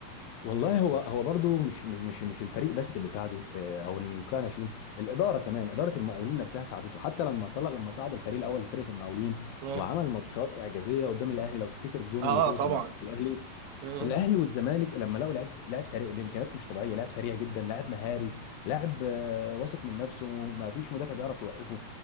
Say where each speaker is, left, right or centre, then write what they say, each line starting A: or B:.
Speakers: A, on the left; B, on the right.
A: والله هو هو برضه مش مش مش مش الفريق بس اللي ساعده آه، او ان القطاع الناشئين الاداره كمان اداره المقاولين نفسها ساعدته حتى لما طلع لما صعد الفريق الاول في فرقه المقاولين
B: اه
A: وعمل ماتشات اعجازيه قدام الاهلي لو تفتكر جونه
B: اه
A: اللي جابه
B: طبعا
A: في في الاهلي
B: اه
A: الاهلي والزمالك لما لقوا لاعب لاعب سريع بامكانيات مش طبيعيه لاعب سريع جدا لاعب مهاري لاعب آه، واثق من نفسه ما فيش مدافع بيعرف يوقفه